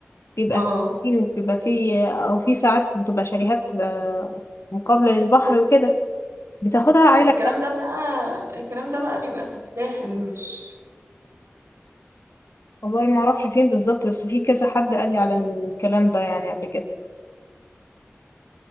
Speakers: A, on the left; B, on the right.
A: بيبقى
B: اه
A: في بيبقى في او في ساعات بتبقى شاليهات آه، مقابلة للبحر وكده بتاخدها عيلة
B: بس الكلام
A: كاملة
B: ده بقى الكلام ده بقى بيبقى في الساحل مش
A: والله ما اعرفش فين بالظبط بس في كذا حد قال لي على الكلام ده يعني قبل كده